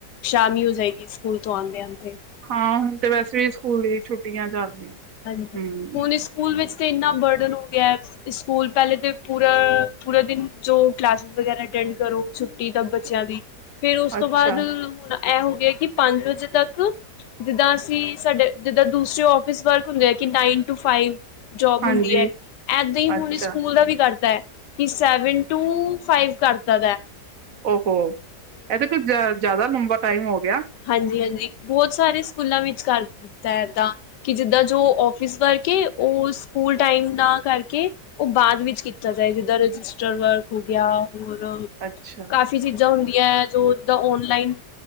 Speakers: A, on the left; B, on the right.
A: ਸ਼ਾਮੀ ਉਸ। ਜਾਏਗੀ ਸਕੂਲ ਤੋਂ ਆਉਦੇ ਆਉਦੇ।
B: ਹਾਂ ਹੁਣ ਤੇ ਵੈਸੇ ਵੀ ਸਕੂਲ ਦੀ ਛੁੱਟੀਆਂ ਚੱਲ ਰਹੀਆਂ ਨੇ
A: ਹਾਂਜੀ
B: ਹੂੰ।
A: ਹੁਣ ਸਕੂਲ ਵਿੱਚ ਤੇ ਇੰਨਾ ਬਰਡਨ ਹੋ ਗਿਆ ਸਕੂਲ ਪਹਿਲੇ ਤੇ ਪੂਰਾ ਪੂਰਾ ਦਿਨ ਜੋ ਕਲਾਸ ਵਗੈਰਾ ਅਟੈਂਡ ਕਰੋ ਛੁੱਟੀ ਤੱਕ ਬੱਚਿਆਂ ਦੀ। ਫੇਰ ਉਸ
B: ਅੱਛਾ
A: ਤੋਂ ਬਾਅਦ ਹੁਣ। ਐਂ ਹੋ ਗਇਆ। ਕਿ ਪੰਜ ਵਜੇ ਤੱਕ ਜਿੱਦਾਂ ਅਸੀਂ ਸਾਡੇ ਜਿੱਦਾਂ ਦੂਸਰੇ ਔਫਸ ਵਰਕ ਹੁੰਦੇ ਆ ਕਿ ਨਾਈਨ ਟੂ ਫਾਈਵ। ਜੋਬ
B: ਹਾਂਜੀ,
A: ਹੁੰਦੀ ਹੈ ਏਦਾਂ ਹੀ
B: ਅੱਛਾ,
A: ਹੁਣੀ ਸਕੂਲ ਦਾ ਵੀ ਕਰਤਾ ਹੈ। ਕਿ ਸੈਵਨ ਟੂ ਫਾਈਵ ਕਰ। ਤਦ ਐ।
B: ਉਹੋ ਇਹਦੇ ਕੋ ਜ਼ਿਆਦਾ ਲੰਬਾ। ਟਾਈਮ ਹੋ। ਗਿਆ,
A: ਹਾਂਜੀ ਹਾਂਜੀ ਬੋਤ ਸਾਰੇ ਸਕੂਲਾਂ ਵਿੱਚ ਕਰ ਦਿੱਤਾ ਏਦਾਂ ਕਿ ਜਿਦਾਂ ਜੋ ਔਫਸ ਵਰਕ ਹੈ ਉਹ ਸਕੂਲ ਟਾਈਮ ਨਾ ਕਰਕੇ ਉਹ ਬਾਅਦ ਵਿੱਚ ਕੀਤਾ ਜਾਏ ਜਿਦਾਂ ਰਜਿਸਟਰ ਵਰਕ ਹੋ ਗਿਆ ਹੋਰ
B: ਅੱਛਾ,
A: ਕਾਫੀ ਚੀਜ਼ਾਂ ਹੁੰਦੀ। ਹੁੰਦੀਆਂ ਜੋ ਜਿੱਦਾ ਔਨਲਾਈਨ।